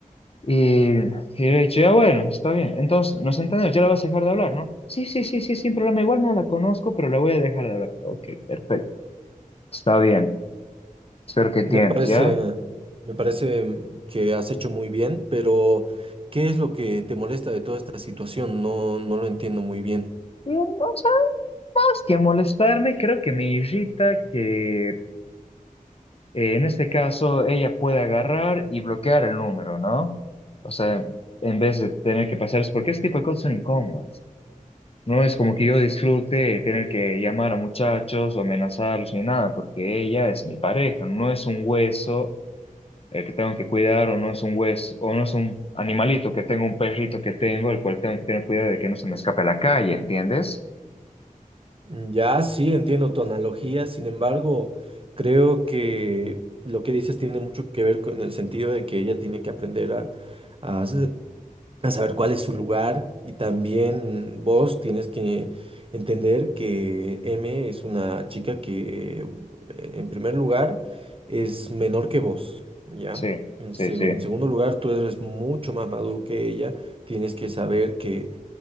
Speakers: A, on the left; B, on the right.
A: Y, y yo le he dicho, ya, bueno, está bien. Entonces, nos entendemos, ya la vas a dejar de hablar, ¿no? Sí, sí, sí, sí, sin problema. Igual no la conozco, pero la voy a dejar de hablar. Ok, perfecto. Está bien. Espero que entiendas,
B: Me parece,
A: ¿ya?
B: me parece que has hecho muy bien, pero ¿qué es lo que te molesta de toda esta situación? No, no lo entiendo muy bien.
A: Y no más que molestarme, creo que me irrita que eh, en este caso ella puede agarrar y bloquear el número, ¿no? O sea, en vez de tener que pasar, es porque este tipo de cosas son incómodas. No es como que yo disfrute tener que llamar a muchachos o amenazarlos ni nada, porque ella es mi pareja, no es un hueso el que tengo que cuidar o no es un hueso o no es un animalito que tengo, un perrito que tengo, el cual tengo que tener cuidado de que no se me escape a la calle, ¿entiendes?
B: Mm, Ya sí, entiendo tu analogía, sin embargo, creo que lo que dices tiene mucho que ver con el sentido de que ella tiene que aprender a, a hacer- a saber cuál es su lugar y también vos tienes que entender que M es una chica que eh, en primer lugar es menor que vos, ¿ya?
A: Sí,
B: En,
A: sí,
B: seg-
A: sí,
B: en segundo lugar, tú eres mucho más maduro que ella, tienes que saber que